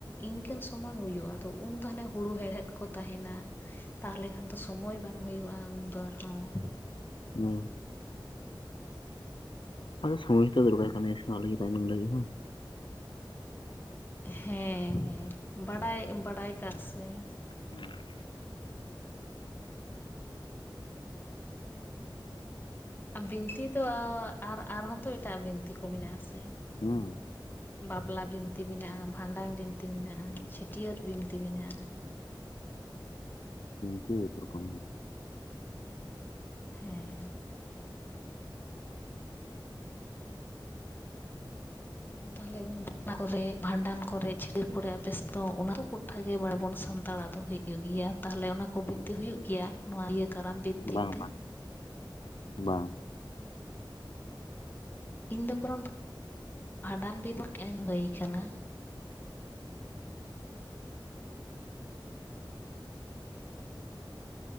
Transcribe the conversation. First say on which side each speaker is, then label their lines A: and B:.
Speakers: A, on the left; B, on the left.
A: ᱤᱱᱠᱟᱹᱱ ᱥᱚᱢᱚᱭ ᱦᱩᱭᱩᱜᱼᱟ ᱟᱫᱚ ᱩᱱ ᱛᱟᱦᱚᱞᱮ ᱦᱩᱲᱩ ᱦᱮᱲᱦᱮᱫ ᱠᱚ ᱛᱟᱦᱮᱱᱟ ᱛᱟᱦᱚᱞᱮ ᱠᱷᱟᱱ ᱫᱚ ᱥᱚᱢᱚᱭ ᱵᱟᱝ ᱦᱩᱭᱩᱜᱼᱟ ᱩᱱᱫᱚ‌ ᱟᱨ ᱦᱚᱸ
B: ᱦᱩᱸ ᱛᱟᱦᱮ ᱥᱚᱢᱚᱭ ᱛᱚ ᱫᱚᱠᱟᱨ ᱠᱟᱱᱟᱭᱟ ᱥᱮ ᱚᱱᱟ ᱞᱟᱹᱜᱤᱫ ᱟᱸᱡᱚᱢ ᱞᱟᱹᱜᱤᱫ ᱦᱚᱸ
A: ᱦᱮᱸ ᱦᱚᱭ ᱵᱟᱰᱟᱭ ᱵᱟᱰᱟᱭ ᱠᱟᱜ ᱥᱮᱧ
B: ᱦᱩᱸ
A: ᱵᱤᱱᱛᱤ ᱫᱚ ᱟᱨ ᱟᱨᱦᱚᱸ ᱛᱚ ᱮᱴᱟᱜ ᱵᱤᱱᱛᱤ ᱠᱚ ᱢᱮᱱᱟᱜ ᱟᱥᱮ
B: ᱦᱮᱸ
A: ᱵᱟᱯᱞᱟ ᱵᱤᱱᱛᱤ ᱢᱮᱱᱟᱜᱼᱟ, ᱵᱷᱟᱸᱰᱟᱱ ᱵᱤᱱᱛᱤ ᱢᱮᱱᱟᱜᱼᱟ,
B: ᱦᱮᱸ
A: ᱪᱷᱟᱹᱴᱭᱟᱹᱨ ᱵᱤᱱᱛᱤ ᱢᱮᱱᱟᱜᱼᱟ
B: ᱵᱤᱱᱛᱤ ᱮᱠ ᱨᱚᱠᱚᱢ
A: ᱦᱮᱸ ᱛᱟᱦᱚᱞᱮ ᱵᱟᱯᱞᱟ ᱠᱚᱨᱮ ᱵᱷᱟᱸᱰᱟᱱ ᱠᱚᱨᱮ ᱪᱷᱟᱹᱴᱤᱭᱟᱹᱨ ᱠᱚᱨᱮ ᱟᱯᱮ ᱥᱮᱫᱚ ᱚᱱᱟ ᱠᱚ ᱜᱚᱴᱟ ᱜᱮ ᱵᱟᱲᱟᱭᱟᱵᱚᱱ ᱥᱟᱱᱛᱟᱲᱟᱜ ᱫᱚ ᱦᱩᱭᱩᱜᱼᱟ ᱦᱩᱭᱩᱜ ᱜᱮᱭᱟ ᱛᱟᱦᱚᱞᱮ ᱚᱱᱟ ᱠᱚ ᱵᱤᱱᱛᱤ ᱦᱩᱭᱩᱜ ᱜᱮᱭᱟ ᱱᱚᱣᱟ ᱤᱭᱟᱹ ᱠᱟᱨᱟᱢ ᱵᱤᱱᱛᱤ
B: ᱵᱟᱝ
A: ᱠᱟᱛᱮ
B: ᱵᱟᱝ ᱵᱟᱝ
A: ᱦᱩᱸ ᱤᱧ ᱫᱚ ᱠᱚᱱᱚ ᱵᱷᱟᱸᱰᱟᱱ <unintelligible> ᱵᱤᱱ ᱴ ᱤᱧ ᱦᱩᱭ ᱟᱠᱟᱱᱟ